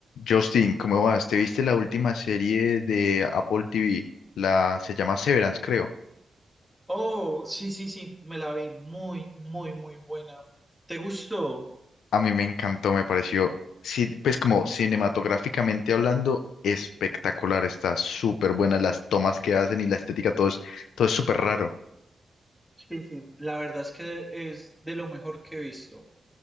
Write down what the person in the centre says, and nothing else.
Oh, sí, sí, sí, me la vi muy, muy, muy buena. ¿Te gustó?
Sí, sí. La verdad es que es de lo mejor que he visto.